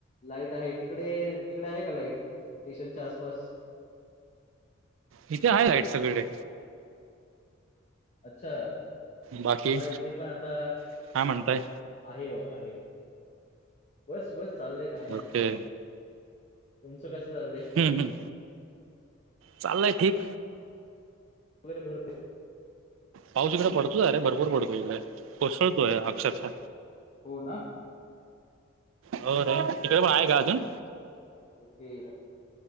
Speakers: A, on the left; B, on the right.
A: लाईट आहे. तिकडे तिकडे आहे का लाईट स्टेशनच्या आसपास.
B: इथे आहे लाईट सगळीकडे.
A: अच्छा
B: बाकी
A: आहे इथे पण आता.
B: काय म्हणताय
A: आहे आहे बस बस चाललंय काय नाही.
B: ओके
A: तुमचं कसं चालय?
B: हम्म हम्म. चाल्लय ठीक.
A: बर बर ते
B: पाऊस इकडे पडतोया रे. भरपूर पडतोय इकडे. कोसळतोय अक्षरशः.
A: हो ना.
B: हो रे. तिकडे पण आहे का अजून?
A: ओके.